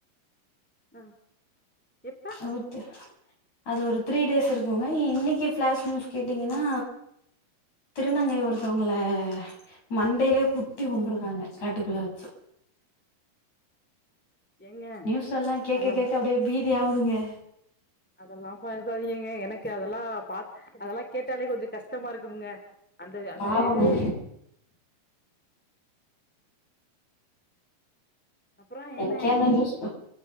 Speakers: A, in the centre; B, on the left.
A: ஆ எப்ப
B: நேத்து அது ஒரு த்ரீ டேஸ் இருக்குங்க இன்னைக்கு பிளாஷ் நியூஸ் கேட்டீங்கன்னா திருநங்கை ஒருத்தவங்கள
A: ஆ
B: மண்டையிலயே குத்தி கொண்டிருக்காங்க காட்டுக்குள்ள வெச்சு
A: ஏங்க
B: நியூஸ் எல்லா கேக்க
A: அதெல்
B: கேக்க அப்டியே பீதி ஆவுதுங்க
A: அதெல்லா பாக்காதீங்கங்க எனக்கு அதெல்லா பா அதெல்லா கேட்டாலே கொஞ்சோ கஷ்டமா இருக்குங்க அந்த அந்த
B: பாவங்க
A: இது அப்றோ
B: எனக்கே
A: என்ன
B: அந்த நியூஸ்